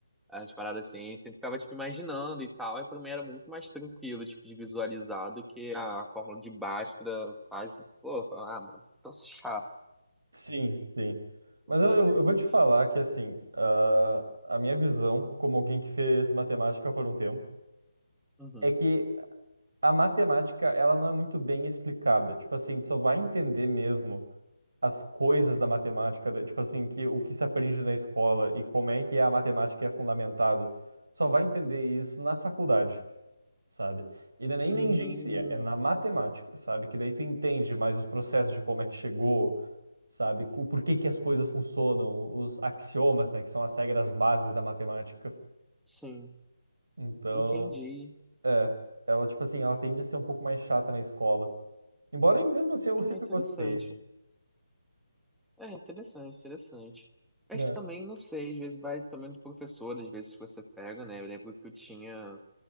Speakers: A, in the centre; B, on the right (about 75°).
A: as paradas assim, eu sempre ficava, tipo, imaginando e tal. E pra mim era muito mais tranquilo, tipo, de visualizar do que a fórmula de Bhaskara faz. Pô, fala, ah, mano, tão chato.
B: sim, sim. Mas
A: Mas.
B: eu, eu eu vou te falar que, assim, ah, a minha visão, como alguém que fez matemática por um tempo,
A: Uhum.
B: é que a matemática, ela não é muito bem explicada. Tipo assim, tu só vai entender mesmo as coisas da matemática, da- tipo assim, que o que se aprende na escola e como é que a matemática é fundamentada, só vai entender isso na faculdade, sabe? E não é nem
A: Hum,
B: na engenharia, é na matemática, sabe? Que daí tu entende mais os processos de como é que chegou, sabe? O porquê que as coisas funcionam, os axiomas, né, que são as regras bases da matemática.
A: sim,
B: Então,
A: entendi.
B: é, ela, tipo assim, ela tende a ser um pouco mais chata na escola. Embora, mesmo assim, eu
A: Ah,
B: sempre
A: interessante.
B: gostei.
A: É interessante, interessante. Acho
B: É,
A: que também, não sei, às vezes vai também do professor, às vezes você pega, né? Eu lembro que eu tinha,